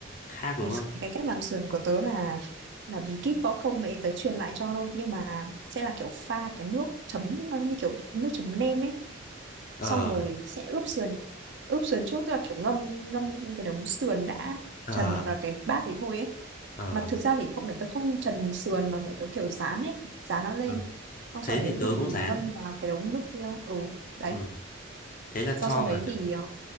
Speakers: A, on the left (about 40°); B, on the right (about 60°).
A: khác đúng
B: cái,
A: không
B: cái cách làm sườn của tớ là là bí kíp võ công mẹ tớ truyền lại cho thôi nhưng mà sẽ là kiểu pha cái nước chấm nó như kiểu nước chấm nêm ấy
A: ờ
B: xong rồi sẽ ướp sườn ướp sườn trước tức là kiểu ngâm ngâm cái đống sườn đã
A: ờ
B: trần vào cái bát thì thôi ấy
A: ờ
B: mà thực ra thì không mẹ tôi không trần sườn mà mẹ tôi kiểu rán ấy rán nó lên
A: ờ.
B: xong
A: thế
B: sau đấy
A: thì tớ
B: thì
A: cũng dán
B: ngâm vào cái đống nước kia ừ đấy
A: ừ. thế là
B: xong
A: cho
B: sau đấy
A: là kiểu
B: thì ờ,